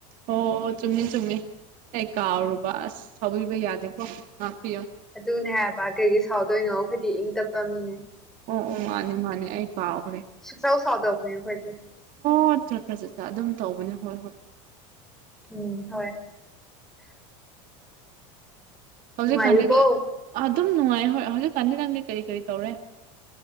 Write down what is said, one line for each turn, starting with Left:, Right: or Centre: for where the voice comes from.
Right: ꯑꯣ ꯆꯨꯝꯃꯤ ꯆꯨꯝꯃꯤ ꯑꯩ ꯀꯥꯎꯔꯨꯕ ꯑꯁ ꯁꯥꯎꯕꯤꯕ ꯌꯥꯗꯦꯀꯣ ꯉꯥꯛꯄꯤꯌꯣ
Centre: ꯑꯗꯨꯅꯦ ꯍꯥꯏꯕ ꯀꯩꯒꯤ ꯁꯥꯎꯗꯣꯏꯅꯣ ꯑꯈꯣꯏꯗꯤ ꯏꯪ ꯇꯞꯄ ꯃꯤꯅꯦ
Right: ꯑꯣ ꯑꯣ ꯃꯥꯅꯦ ꯃꯥꯅꯦ ꯑꯩ ꯀꯥꯎꯈ꯭ꯔꯦ
Centre: ꯁꯨꯀꯁꯥꯎ ꯁꯥꯎꯗꯕꯅꯤ ꯑꯈꯣꯏꯗꯤ
Right: ꯍꯣꯠ ꯆꯠ ꯆ ꯆ ꯑꯗꯨꯝ ꯇꯧꯕꯅꯦ ꯍꯣꯏ ꯍꯣꯏ
Centre: ꯎꯝ ꯍꯣꯏ
Right: ꯍꯧꯖꯤꯛꯀꯥꯟꯗꯒꯤ
Centre: ꯅꯨꯡꯉꯥꯏꯔꯤꯕꯣ
Right: ꯑꯗꯨꯝ ꯅꯨꯡꯉꯥꯏ ꯍꯣꯏ ꯍꯧꯖꯤꯛꯀꯥꯟꯗꯤ ꯅꯪꯗꯤ ꯀꯔꯤ ꯀꯔꯤ ꯇꯧꯔꯦ